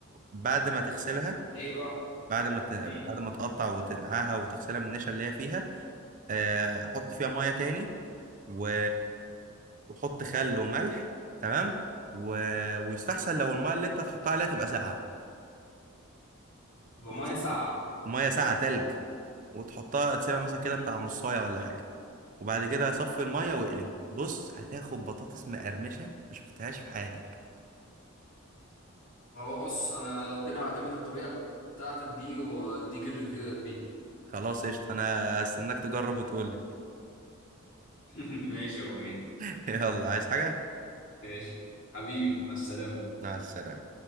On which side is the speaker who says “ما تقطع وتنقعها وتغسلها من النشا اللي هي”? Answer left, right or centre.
Right